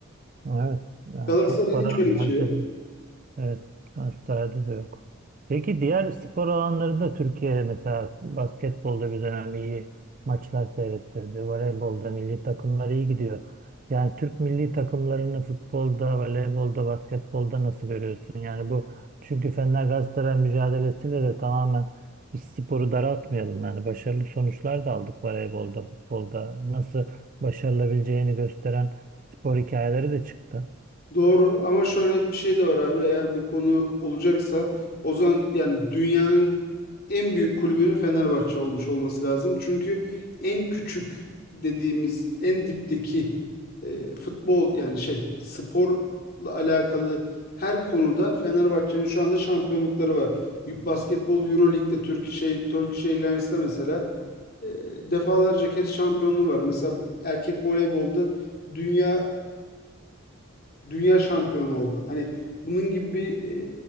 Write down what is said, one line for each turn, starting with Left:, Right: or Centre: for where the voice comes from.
Right: Evet, yani
Left: Galatasaray'ın
Right: çok para
Left: hiç öyle bir şey
Right: harcadım.
Left: yok.
Right: Evet, transferde de yok. Peki diğer spor alanlarında Türkiye mesela basketbolda bir dönem iyi maçlar seyrettirdi. Voleybolda milli takımlar iyi gidiyor. Yani Türk milli takımlarını futbolda, voleybolda, basketbolda nasıl görüyorsun? Yani bu çünkü Fener Galatasaray mücadelesiyle de tamamen biz sporu daraltmayalım. Yani başarılı sonuçlar da aldık voleybolda, futbolda. Nasıl başarılabileceğini gösteren spor hikayeleri de çıktı.
Left: Doğru ama şöyle bir şey de var abi eğer bu konu olacaksa o zaman yani dünyanın en büyük kulübünün Fenerbahçe olmuş olması lazım. Çünkü en küçük dediğimiz en dipteki e, futbol yani şey sporla alakalı her konuda Fenerbahçe'nin şu anda şampiyonlukları var. Y- Basketbol Euroleague'de Turkish, şey, Turkish Airlines'da mesela e, defalarca kez şampiyonluğu var. Mesela erkek voleybolda dünya dünya şampiyonu oldu. Hani bunun gibi bir